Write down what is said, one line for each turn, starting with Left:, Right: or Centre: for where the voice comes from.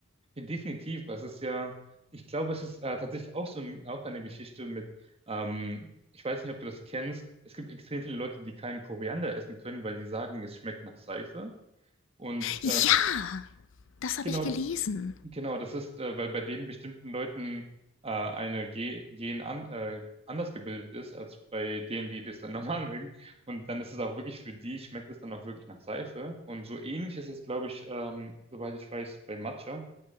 Right: ja, definitiv. Es ist ja, ich glaube, es ist äh, tatsächlich auch so ein, auch eine Geschichte mit, ähm, ich weiß nicht, ob du das kennst. Es gibt extrem viele Leute, die keinen Koriander essen können, weil die sagen, es schmeckt nach Seife. Und
Left: Ja,
Right: äh,
Left: das habe
Right: Genau,
Left: ich gelesen.
Right: das, genau, das ist, äh, weil bei den bestimmten Leuten äh, eine Ge Gen an, äh, anders gebildet ist, als bei denen, die das dann <laughs> normal mögen. Und dann ist es auch wirklich für die, schmeckt es dann auch wirklich nach Seife. Und so ähnlich ist es, glaube ich, ähm, soweit ich weiß, bei Matcha,